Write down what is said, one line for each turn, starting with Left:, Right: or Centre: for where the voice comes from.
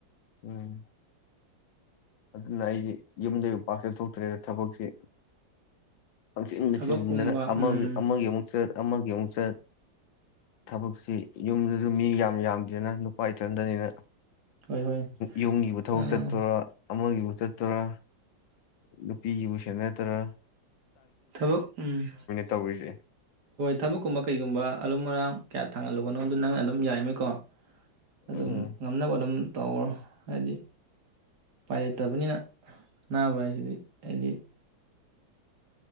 Left: ꯎꯝ <unintelligible> <unintelligible> ꯌꯨꯝꯗꯩꯩ ꯄꯥꯛ ꯆꯠꯊꯣꯛ ꯇ <unintelligible> ꯊꯕꯛꯁꯤ ꯄꯪꯆꯤꯟꯗ
Right: ꯊꯕꯛꯀꯨꯝꯕ
Left: ꯆꯤꯟꯗꯅ ꯑꯃꯒꯤ
Right: ꯎꯝ
Left: ꯑꯃꯒꯤ ꯑꯃꯨꯛ ꯆꯠ ꯑꯃꯒꯤ ꯑꯃꯨꯛ ꯆꯠ ꯊꯕꯛꯁꯤ ꯌꯨꯝꯗꯁꯨ ꯃꯤ ꯌꯥꯝ ꯌꯥꯝꯗꯦꯅ ꯅꯨꯄꯥ ꯏꯊꯟꯗꯅꯤꯅ
Right: ꯍꯣꯏ ꯍꯣꯏ
Left: ꯌꯨꯝꯒꯤꯕꯨ ꯊꯕꯛ
Right: ꯑꯥ
Left: ꯆꯠꯇꯣꯔ ꯑꯃꯒꯤꯕꯨ ꯆꯠꯇꯔꯥ ꯅꯨꯄꯤꯒꯤꯕꯨ ꯁꯦꯅꯇ꯭ꯔꯥ
Right: ꯊꯕꯛ ꯎꯝ
Left: ꯇꯧꯔꯤꯁꯦ
Right: ꯊꯕꯛꯀꯨꯝꯕ ꯀꯩꯒꯨꯝꯕ ꯑꯔꯨꯝ ꯑꯌꯥꯡ ꯀ꯭ꯌꯥ ꯊꯥꯡꯍꯟꯂꯨ ꯑꯗꯨ ꯅꯪ ꯑꯗꯨꯝ ꯌꯥꯔꯤꯃꯩ ꯀꯣ ꯑꯗꯨꯝ
Left: ꯎꯝ
Right: ꯉꯝꯅꯕ ꯑꯗꯨꯝ ꯇꯧꯈ꯭ꯔꯣ ꯍꯥꯏꯗꯤ ꯎꯄꯥꯏ ꯂꯩꯇꯕꯅꯤꯅ ꯑꯅꯥꯕ ꯍꯥꯏꯁꯤꯗꯤ ꯍꯥꯏꯗꯤ